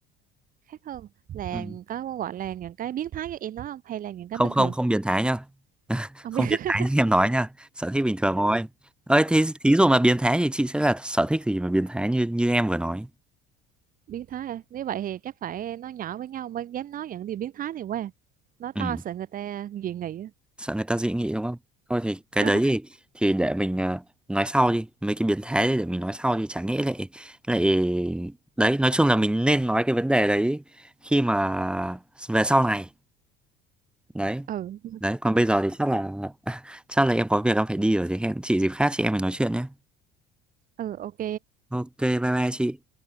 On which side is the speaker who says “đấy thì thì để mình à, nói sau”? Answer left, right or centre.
Centre